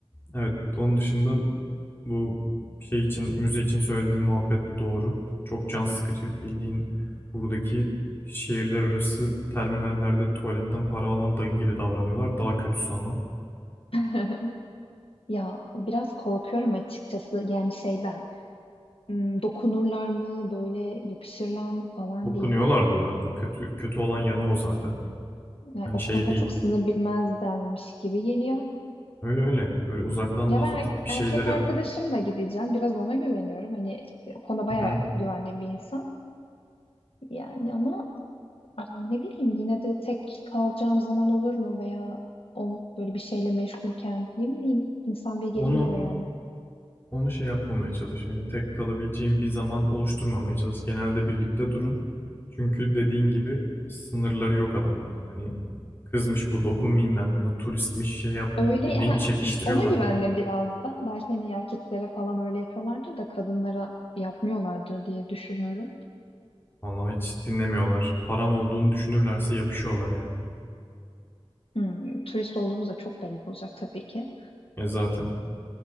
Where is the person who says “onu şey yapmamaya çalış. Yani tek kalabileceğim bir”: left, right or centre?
Left